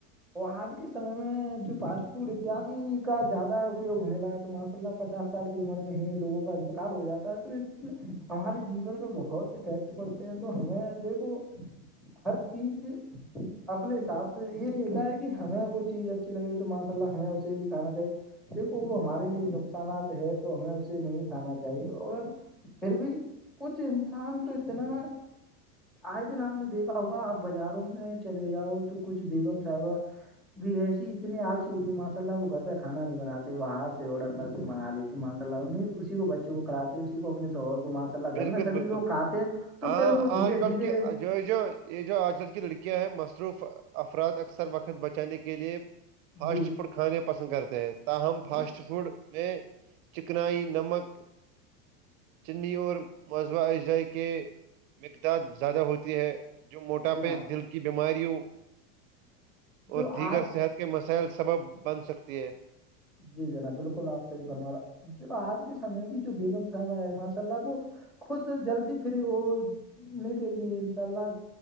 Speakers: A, in the centre; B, on the right (about 60°).
A: وہ آج کے سمے میں جو فاسٹ فوڈ اتیاد کا زیادہ اپیوگ ہونے لگا تو ماشاء اللہ پچاس سال کی عمر میں ہی لوگوں کا انتقال ہو جاتا ہے تو اس ہمارے جیون پہ بہت افیکٹ پڑتے ہیں تو ہمیں دیکھو ہر چیز اپنے حساب سے یہ نہیں ہے کہ ہمیں وہ چیز اچھی لگ رہی تو ماشاء اللہ ہمیں اسے ہی کھانا چاہیے دیکھو وہ ہمارے لیے نقصانات ہے تو ہمیں اسے نہیں کھانا چاہیے اور پھر بھی کچھ انسان تو اتنا آئے دن آپ نے دیکھا ہوگا آپ بازاروں میں چلے جاؤ تو کچھ بیگم صاحبہ بھی ایسی اتنی السی ہوتی ہے ماشاء اللہ وہ گھر پہ کھانا نہیں بناتے باہر سے آرڈر کر کے منگا لیتے ہیں ماشاء اللہ انہیں اسی کو بچوں کو کھلاتے ہیں اسی کو اپنے سوہر کو گھر
B: بالکل
A: میں سبھی
B: بالکل
A: لوگ کھاتے ہیں تو
B: ہاں
A: پھر وہ
B: آج
A: دھیرے
B: کل
A: دھیرے
B: کی جو جو یہ جو آج کل کی لڑکیاں ہیں مصروف افراد اکثر وقت بچانے کے لیے فاسٹ
A: جی
B: فڈ کھانے پسند کرتے ہیں تاہم فاسٹ
A: جی
B: فوڈ میں چکنائی نمک چنی اور موضوع اعزائی کے مقداد زیادہ ہوتی ہے جو موٹاپے
A: جناب
B: دل کے کی بیماریوں اور
A: جو
B: دیگر
A: آج
B: صحت کے مسائل سبب بن سکتی ہے
A: جی جناب بالکل آپ صحیح فرما رہا جو آج کے سمے کی جو بیگم صاحبہ ہے ماشاء اللہ وہ خود جلدی فری ہونے کے لیے انشاء اللہ